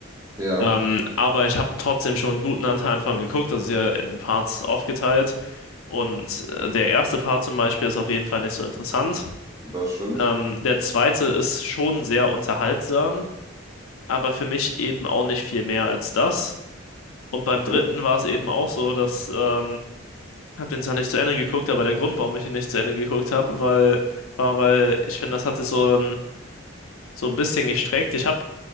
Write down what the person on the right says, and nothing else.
Ja,
das stimmt.
Okay.